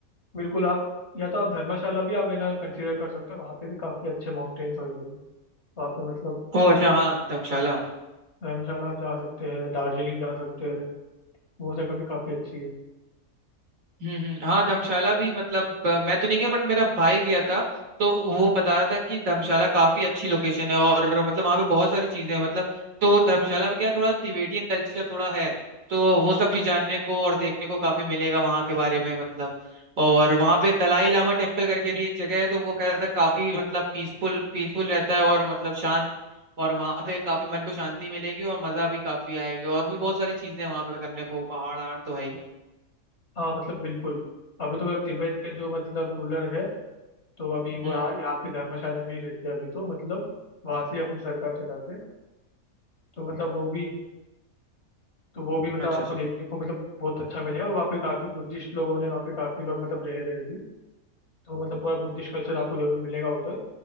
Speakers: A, on the left; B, on the right.
A: बिल्कुल आप या तो आप धर्मशाला भी आप है ना कंसिडर कर सकते हो वहाँ पे भी काफ़ी अच्छे माउंटेन्स वगैरह हैं वहाँ पे मतलब
B: ओह अच्छा हाँ धर्मशाला
A: धर्मशाला आप जा सकते हैं दार्जिलिंग जा सकते हैं वो जगह भी काफ़ी अच्छी है
B: हम्म हम्म, हाँ धर्मशाला भी मतलब अ, मैं तो नहीं गया बट मेरा भाई गया था तो वो बता रहा था कि धर्मशाला काफी अच्छी लोकेशन है और मतलब वहाँ पे बहुत सारी चीजें हैं मतलब तो धर्मशाला में क्या है, थोड़ा तिबेटियन कल्चर थोड़ा है तो वो सब भी जानने को और देखने को काफी मिलेगा वहाँ के बारे में मतलब और वहाँ पे दलाई लामा टेम्पल करके भी एक जगह है तो वो कह रहा था काफी मतलब पीसफुल पीसफुल रहता है और मतलब शांत और वहाँ पे काफी मन को शांति मिलेगी और मजा भी काफी आएगी और भी बहुत सारी चीजें हैं वहाँ पे करने को पहाड़ आड़ तो है ही
A: हाँ मतलब बिल्कुल अभी तो मतलब तिब्बत के जो मतलब रूलर है तो अभी वो
B: हम्म
A: यहाँ यहाँ पे धर्मशाला में ही रहते हैं अभी तो मतलब वहाँ से अपनी सरकार चलाते हैं तो मतलब वो भी तो वो भी मतलब
B: अच्छा
A: आपको
B: अच्छा
A: देखने को मतलब बहुत अच्छा मिलेगा वहाँ पे काफी बुद्धिस्ट लोगों ने वहाँ पे काफी लोग मतलब रह रहे हैं अभी तो मतलब पूरा बुद्धिस्ट कल्चर आपको जरूर मिलेगा उधर